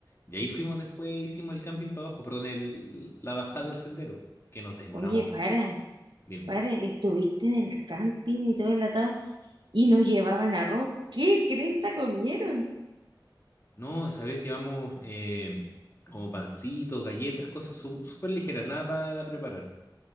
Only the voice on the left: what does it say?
y ahí fuimos después, hicimos el camping para abajo, perdón, el, la bajada del sendero, que nos demoramos,
dime.
No, sabés que vamos eh, como pancitos, galletas, cosas su- súper ligeras, nada para preparar.